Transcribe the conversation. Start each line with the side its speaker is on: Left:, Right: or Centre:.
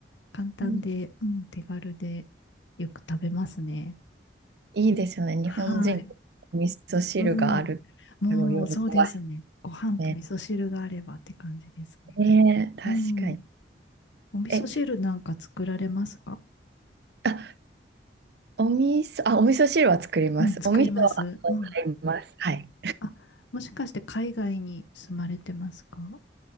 Left: 簡単で、
Right: うん
Left: うん、手軽で、よく食べますね。
Right: いいですよね。日本人、
Left: はい。
Right: お味噌汁がある。
Left: うん。もう、
Right: すごい喜ばし
Left: そうですね。ご飯と味噌汁があればって感じですね。
Right: いね。ねえ、確かに。
Left: うん。お味噌汁なんか作られますか
Right: え、あ、お味噌、あ、お味噌汁は作ります。
Left: うん、作ります。
Right: お味噌は
Left: うん。
Right: 買います。はい。
Left: あ、もしかして海外に住まれてますか